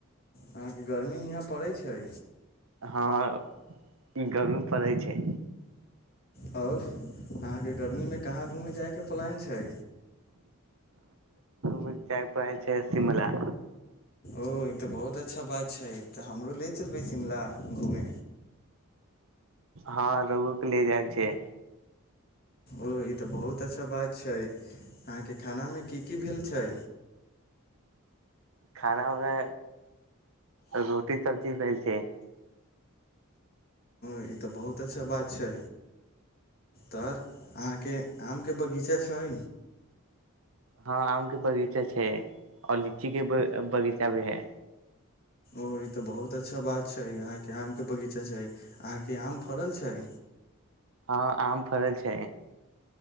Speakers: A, on the left; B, on the right.
A: अहाँकेँ गर्मी यहाँ पड़ैत छै
B: हँ, इधर भी पड़ै छै
A: आओर अहाँकेँ गर्मीमे कहाँ घूमय जायके प्लान छै
B: मिरचाई पड़ै छै शिमला
A: ओ ई त बहुत अच्छा बात छै, तऽ हमरो ले चलबै शिमला घूमे
B: हँ रगो के ले जाब छै
A: ओ ई तऽ बहुत अच्छा बात छै अहाँकेँ खानामे कि की भेल छै।
B: खानामे रोटी सब्जी भेल छै।
A: ई तऽ बहुत अच्छा बात छै। तर अहाँकेँ आमके बगीचा छै
B: हँ आमके बगीचा छै आओर लीचीके बगीचा भी है।
A: ओ ई तऽ बहुत अच्छा बात छै, अहाँकेँ आम के बगीचा छै अहाँकेँ आम फड़ल छै
B: हँ, आम फड़ल छै।